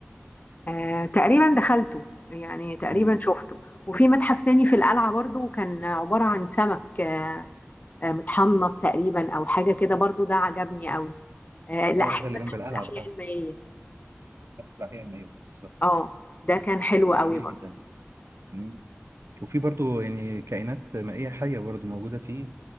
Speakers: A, on the left; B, on the right.
A: آه، تقريبا دخلته يعني تقريبا
B: مم.
A: شفته وفي متحف تاني في القلعه برضو كان عباره عن سمك آه، آه، متحنط تقريبا او حاجه كده برضو ده عجبني قوي آه، لا
B: اه
A: أح-
B: ده اللي
A: متحف
B: جنب القلعه
A: الاحياء
B: ده
A: المائيه
B: متحف الاحياء المائيه بالظبط
A: اه ده كان حلو
B: ده
A: قوي
B: جميل
A: برضو
B: جدا مم. وفي برضو يعني كائنات مائيه حيه برضو موجوده فيه